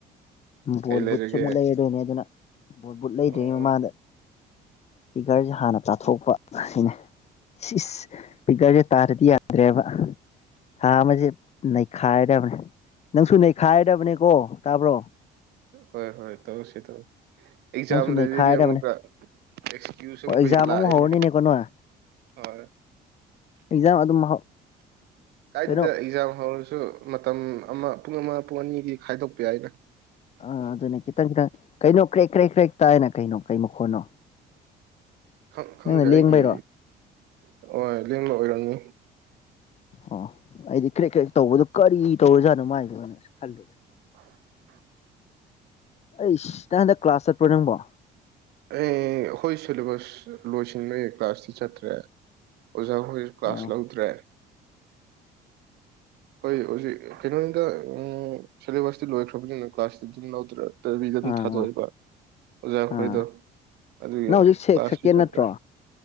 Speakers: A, on the left; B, on the right.
A: ꯕꯣꯜꯕꯨꯠꯁꯨ
B: ꯀꯩ ꯂꯩꯔꯒꯦ
A: ꯑꯃꯨꯛ ꯂꯩꯔꯗꯣꯏꯅꯦ ꯑꯗꯨꯅ ꯕꯣꯠ ꯕꯨꯠ ꯂꯩꯗ꯭ꯔꯤꯉꯩ
B: ꯑꯣ
A: ꯃꯃꯥꯡꯗ ꯐꯤꯒꯔꯁꯦ ꯍꯥꯟꯅ ꯆꯥꯊꯣꯛꯄ ꯁꯤꯅꯦ ꯏꯁ ꯐꯤꯒꯔꯁꯦ ꯇꯥꯔꯗꯤ ꯌꯥꯗ꯭ꯔꯦꯕ ꯊꯥ ꯑꯃꯁꯦ ꯅꯩꯈꯥꯏꯔꯗꯕꯅꯦ ꯅꯪꯁꯨ ꯅꯩꯈꯥꯏꯔꯗꯕꯅꯤꯀꯣ ꯇꯥꯕ꯭ꯔꯣ
B: ꯍꯣꯏ ꯍꯣꯏ ꯇꯧꯁꯤ ꯇ ꯑꯦꯛꯖꯥꯝ
A: ꯅꯪꯁꯨ
B: ꯂꯩꯔꯤꯅꯦ
A: ꯅꯩꯈꯥꯏꯔꯗꯕꯅꯦ
B: ꯑꯃꯨꯛꯀ ꯑꯦꯛꯁꯀ꯭ꯌꯨꯁ
A: ꯑꯣ
B: ꯑꯃꯨꯛꯀꯁꯨ
A: ꯑꯦꯛꯖꯥꯝ
B: ꯂꯥꯛꯑꯦꯅꯦ
A: ꯑꯃꯨꯛ ꯍꯧꯔꯅꯤꯅꯦꯀꯣ ꯅꯣꯏ
B: ꯍꯣꯏ
A: ꯑꯦꯛꯖꯥꯝ ꯑꯗꯨꯝ <unintelligible>
B: ꯀꯥꯏꯗꯗ
A: ꯀꯩꯅꯣ
B: ꯑꯦꯛꯖꯥꯝ ꯍꯧꯔꯁꯨ ꯃꯇꯝ ꯑꯃ ꯄꯨꯡ ꯑꯃ ꯄꯨꯡ ꯑꯅꯤꯒꯤ ꯈꯥꯏꯗꯣꯛꯄ ꯌꯥꯏꯗ
A: ꯑꯥ ꯑꯗꯨꯅꯦ ꯈꯤꯇꯪ ꯈꯤꯇꯪ ꯀꯩꯅꯣ ꯀ꯭ꯔꯦꯛ ꯀ꯭ꯔꯦꯛ ꯀ꯭ꯔꯦꯛ ꯇꯥꯏꯅ ꯀꯩꯅꯣ ꯀꯩ ꯃꯈꯣꯟꯅꯣ
B: ꯈꯪ ꯈꯪꯗꯦ
A: ꯅꯪꯅ
B: ꯑꯩꯒꯤ
A: ꯂꯦꯡꯕꯩꯔꯣ
B: <unintelligible> ꯂꯦꯡꯕ ꯑꯣꯏꯔꯝꯅꯤ
A: ꯑꯣ ꯑꯩꯗꯤ ꯀ꯭ꯔꯦꯛ ꯀ꯭ꯔꯦꯛ ꯇꯧꯕꯗꯨꯣ ꯀꯔꯤ ꯇꯧꯔꯖꯥꯠꯅꯣ ꯃꯥꯏꯗꯅ ꯈꯜꯂꯨꯔꯦ
B: <inaudible>
A: ꯑꯩ ꯏꯁꯇꯪ ꯍꯟꯗꯛ ꯀ꯭ꯂꯥꯁ ꯆꯠꯄ꯭ꯔꯣ ꯅꯪꯕꯣ
B: ꯑꯩ ꯑꯩꯈꯣꯏ ꯁꯤꯦꯂꯦꯕꯁ ꯂꯣꯏꯁꯤꯟꯕꯒꯤ ꯀ꯭ꯂꯥꯁꯇꯤ ꯆꯠꯇ꯭ꯔꯦ ꯑꯣꯖꯥ ꯍꯣꯏ
A: ꯑꯣ
B: ꯀ꯭ꯂꯥꯁ ꯂꯧꯗ꯭ꯔꯦ ꯍꯣꯏ ꯍꯧꯖꯤꯛ ꯀꯩꯅꯣꯅꯤꯗ ꯁꯤꯦꯂꯦꯕꯁꯇꯤ ꯂꯣꯏꯈ꯭ꯔꯕꯅꯤꯅ ꯀ꯭ꯂꯥꯁꯇꯤ ꯑꯗꯨꯝ ꯂꯧꯗ꯭ꯔ ꯇꯕꯤꯗ ꯑꯗꯨꯝ
A: ꯑꯥ
B: ꯊꯥꯗꯣꯛꯑꯦꯕ
A: ꯑꯥ
B: ꯑꯣꯖꯥꯈꯣꯏꯗꯣ
A: ꯑꯥ
B: ꯑꯗꯨꯒꯤ
A: ꯅꯪ ꯍꯧꯖꯤꯛ ꯁꯦꯛ
B: ꯀ꯭ꯂꯥꯁꯀꯤ
A: ꯁꯦꯀꯦꯟ
B: ꯆꯦꯞꯇꯔ
A: ꯅꯠꯇ꯭ꯔꯣ